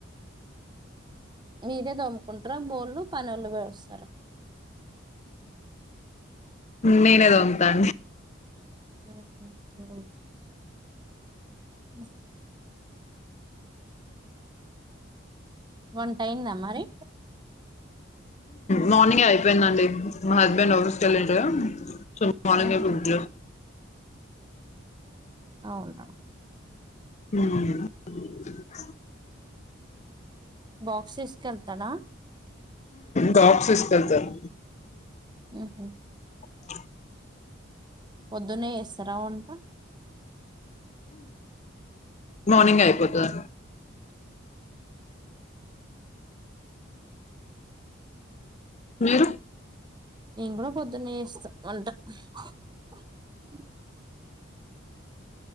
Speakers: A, on the right (about 25°); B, on the left (about 35°).
A: మీరే దమ్ముకుంటారా బోర్ళలు పని వాళ్ళు వేస్తారుా
B: నేనేదో ఉంతా అండి
A: <inaudible> బస్ వంట అయిందా మరి
B: మార్నింగ్ అయిపోయిందండి మా హస్బెండ్ ఆఫీస్క వెళ్ళట్ చ మనంగ
A: ఉహు
B: బల
A: అవునా
B: అ
A: బాక్స్ వేసుక వెళ్తాడా
B: బాక్స్ తీసుకెళ్తాడు
A: ఉహ
B: <inaudible>
A: పొద్దునే ఎసరావుంట
B: మార్నింగ్ అయిపోతుందిా మీరు
A: నేను కూడా పొద్దున్న ఇస్తాం అంటా అ